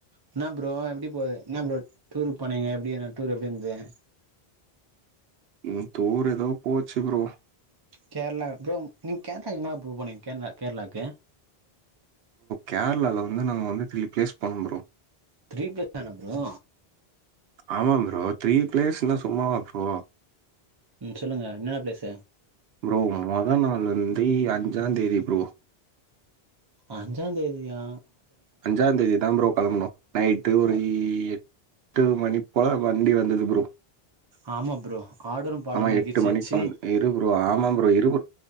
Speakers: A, on the right (about 35°); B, on the right (about 75°).
A: என்னா ப்ரோ எப்படி போது என்ன ப்ரோ டூருக்கு போனீங்க எப்படி நான் டூர் எப்படி இருந்தேன்
B: உம் டூர் ஏதோ போச்சு ப்ரோ
A: கேரளா ப்ரோ நீங்க கேரளாக்கு எங்களா ப்ரூ போனீங்க கேரளா கேரளாக்கு
B: கேரளாவில வந்து நாங்க வந்து திரீ பிளேஸ் போணம் ப்ரோ
A: த்ரீ பிளேஸ் தானா ப்ரோ
B: ஆமா ப்ரோ த்ரீ பிளேஸ்ன சும்மாவா ப்ரோ
A: ம் சொல்லுங்க என்னென்ன பிளேஸ்
B: ப்ரோ மொதல் நாள் வந்து அஞ்சாம் தேதி ப்ரோ
A: அஞ்சா தேதியா
B: அஞ்சாந்தேதி தா ப்ரோ களம்னொ நைட்டு
A: ஆ
B: ஒரு இஎ எட்டு மணிபோல வண்டி வந்தது ப்ரோ
A: ஆமா ப்ரோ ஆடலும் பாடலும்
B: ஆமா
A: நிகழ்ச்சி
B: எட்டு மணிக்கு
A: வச்சு
B: வந் இரு ப்ரோ ஆமா ப்ரோ இரு ப்ரோ